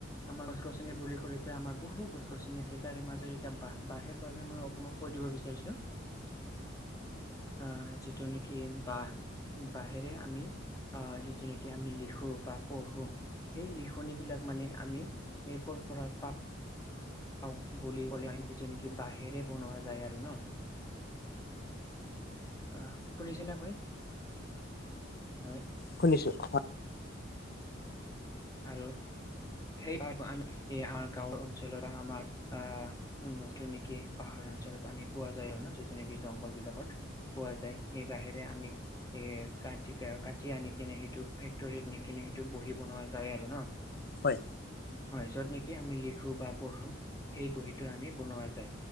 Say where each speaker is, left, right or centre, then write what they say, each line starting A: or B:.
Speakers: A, on the left; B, on the left.
A: আমাৰ গছ গছনি বুলি কলে তো এতিয়া আমাৰ বহু গছ গছনি আছে তাৰে মাজত এতিয়া বাহ, বাহেৰ বাবে মই অকমান কৈ দিব বিচাৰিছো।
B: <inaudible>
A: আহ যিটো নেকি বাহ বাহিৰে আমি আহ, যিটো নেকি আমি লিখো বা পঢ়ো সেই লিখনী বিলাক মানে আমি, একৰ পৰা পা <unintelligible> বুলি ক'লে নি নেকি বাহেৰে বনোৱা যায় আৰু ন। আহ, শুনিছে নে আপুনি? হয়।
B: শুনিছো। <unintelligible>
A: <inaudible> আৰু। সেইবাৰ <inaudible> আমি আমাৰ গাঁৱৰ অঞ্চলৰ বা আমাৰ আ উম যিটো নেকি পাহাৰ অঞ্চলত আমি পোৱা যায় আৰু ন যিটো নেকি জংঘল বিলাকত। পোৱা যায় সে বাহেৰে আমি এ কাটিকে কাটি আনি কিনে সেইটো ফেক্টৰীত নিকিনে সেইটো বহি বনোৱা যায় আৰু ন।
B: হয়।
A: হয় যত নেকি আমি লিখো বা পঢ়ো সেই বহীটো আমি বনোৱা যায়।